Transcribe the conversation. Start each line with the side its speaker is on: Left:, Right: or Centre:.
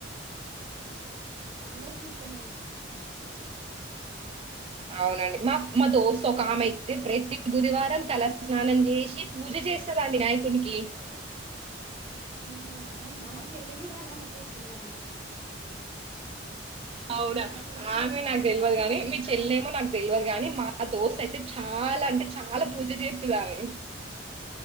Left: అందరికి ఇష్టమేం
Right: అవునండి మా మ దోస్త్ ఒకామె ఐతే తే ప్రతి బుధవారం తల స్నానం చేసి పూజ చేస్తదండి వినాయకునికి
Left: హ్మ్మ్ అవునా మా చెల్లి కూడా అలానే చేస్తుందండి
Right: అవునా
Left: మా చెల్లి కూడా
Right: ఆమె
Left: ప్రతి
Right: నాకు
Left: భుజానం
Right: తెలియదు కాగానీ
Left: తలస్నానం
Right: మీ చెల్లెమో
Left: చేసి
Right: నాకు తెలియదు కాని మా ఆ దోస్త్ అయితే చాలా అంటే చాలా పూజ జేత్తది అమే